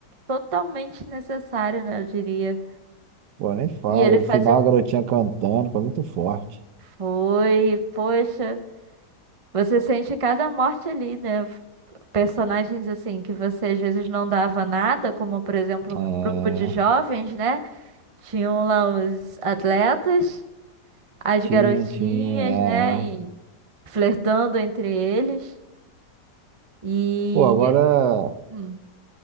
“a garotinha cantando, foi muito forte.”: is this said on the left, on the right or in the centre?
Right